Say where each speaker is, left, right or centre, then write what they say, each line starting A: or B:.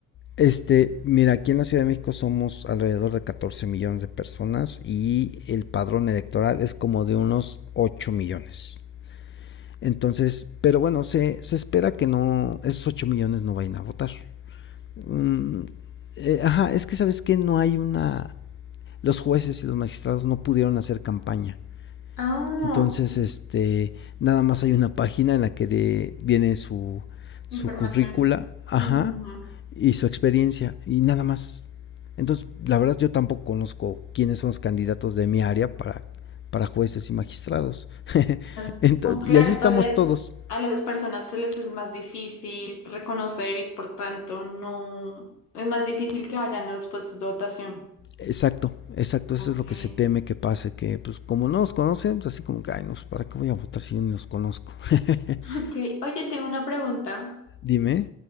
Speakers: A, on the left; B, on the left.
A: Este, mira, aquí en la Ciudad de México somos alrededor de 14 millones de personas y el padrón electoral es como de unos 8 millones. Entonces, pero bueno, se, se espera que no, esos 8 millones no vayan a votar. Mm, eh, ajá, es que sabes que no hay una, los jueces y los magistrados no pudieron hacer campaña.
B: Ah,
A: Entonces,
B: ok,
A: este, nada más hay una página en la que de- viene su,
B: información.
A: su currícula, ajá,
B: Mm,
A: y su experiencia, y nada más. Entonces, la verdad yo tampoco conozco quiénes son los candidatos de mi área para, para jueces y magistrados. <laughs>
B: claro.
A: Ento-
B: Oh, claro,
A: y así estamos
B: entonces
A: todos.
B: a las personas se les es más difícil reconocer y por tanto no es más difícil que vayan a los puestos de votación.
A: Exacto, exacto,
B: Ok.
A: eso es lo que se teme que pase, que pues como no nos conocen, pues así como que, ay, no, pues, ¿para qué voy a votar si yo ni los conozco? <laughs>
B: Ok, oye, tengo una pregunta.
A: Dime.